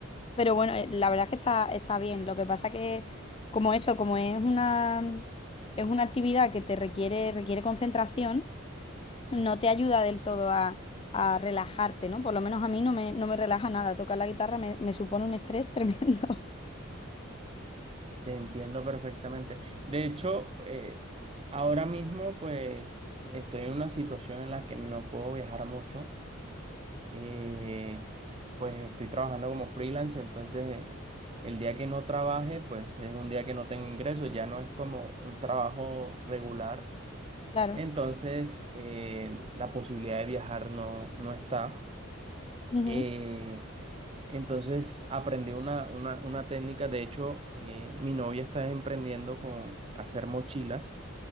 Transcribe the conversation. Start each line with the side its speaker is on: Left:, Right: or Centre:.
Left: pero bueno, eh, la verdad es que está, está bien. Lo que pasa que como eso, como es una, es una actividad que te requiere, requiere concentración, no te ayuda del todo a, a relajarte, ¿no? Por lo menos a mí no me, no me relaja nada. Tocar la guitarra me, me supone un estrés tremendo. <laughs>
Right: Te entiendo perfectamente. De hecho, eh, ahora mismo pues estoy en una situación en la que no puedo viajar mucho. Eh, pues estoy trabajando como freelance, entonces eh, el día que no trabaje pues es un día que no tengo ingresos, ya no es como un trabajo regular.
Left: Claro.
Right: Entonces eh, la posibilidad de viajar no, no está.
Left: Ujú.
Right: Eh, entonces aprendí una, una, una técnica, de hecho eh, mi novia está emprendiendo con hacer mochilas,